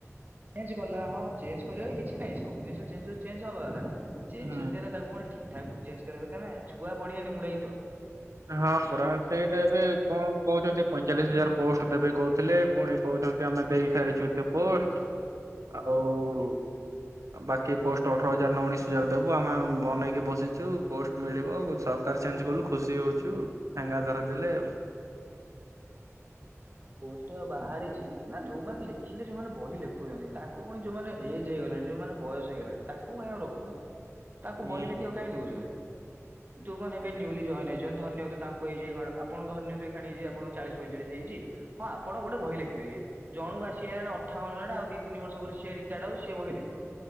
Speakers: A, on the right (about 35°); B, on the right (about 80°).
A: ଚେଞ୍ଜ କଲା ହଁ ଚେଞ୍ଜ କରିବାରେ କିଛି ନାଇଁ ସବୁ ଜିନିସ ଚେଞ୍ଜ ହଉଚି ଚେଞ୍ଜ ହବା କଥା ଚଞ୍ଜ
B: ହୁଁ
A: ଯଦି ହେଲା ତାକୁ ପୁଣି ଠିକ ଠାକ ପୁଣି ଚେଞ୍ଜ କରିବା ଦରକାର ନା ନାଇଁ ଛୁଆ ପଢିବେ ନିମୁଡ଼ା ଗୀତ।
B: ହଁ ପରା ସେଇଟା ଏବେ କଣ କହୁଛନ୍ତି ପଇଁଚାଳିଶ ହଜାର ପୋଷ୍ଟ ଦେବେ କହୁଥିଲେ ପୁଣି କହୁଛନ୍ତି ଆମେ ଦେଇ ସାରିଛୁ ଏତେ ପୋଷ୍ଟ। ଆ ହଉ। ଆଉ ବାକି ପୋଷ୍ଟ ଅଠର ହଜାର ନା ଉଣଶ ହଜାର ଦେବୁ ଆମେ ବନେଇକି ବସିଛୁ ପୋଷ୍ଟ ମିଳିବ ସରକାର ଚେଞ୍ଜ କଲୁ ଖୁସି ହଉଛୁ ଠେଙ୍ଗା ଧରେଇ ଦେଲେ ଆଉ।
A: ପୋଷ୍ଟ ବାହାରିଛି ନା ଯୋଉମାନେ ଲେଖିଲେ ଯୋଉମାନେ ବହି ଲେଖୁଛନ୍ତି ତାଙ୍କୁ ପୁଣି ଯୋଉମାନେ ଏଜ୍ ହେଇଗଲାଣି ଯୋଉମାନେ ବୟସ ହେଇଗଲାଣି ତାଙ୍କୁ କାଇଁ ଆଉ ରଖୁଛନ୍ତି। ତାକୁ
B: ହୁଁ
A: ବହି ଲେଖିିବାକୁ କାହିଁ ଦଉଛନ୍ତି। ଯୋଉ ମାନେ ଏବେ ନ୍ୟୁଲି ଜଏନ ହେଇଛନ୍ତି ଧରିନିଅନ୍ତୁ ତାଙ୍କୁ ଏଇଯାଇ କଣ ଆପଣ ଧରିନିଅନ୍ତୁ ଏକ୍ଷଣି ହେଇଛି ଆପଣଙ୍କୁ ଚାଳିଶ ପଁଚାଳିଶ ହେଇଛି ହଁ ଆପଣ ଗୋଟେ
B: ହୁଁ।
A: ବହି ଲେଖିାପାରିବେ। ଜଣକୁ ଆସିକିହେଲାଣି ଅଠାବନ ହେଲାଣି ଆଉ ଦି ତିନି ବର୍ଷ ପରେ ସିଏ ରିଟାୟାର୍ଡ ହଉ ସିଏ ବହି ଲେଖିବ।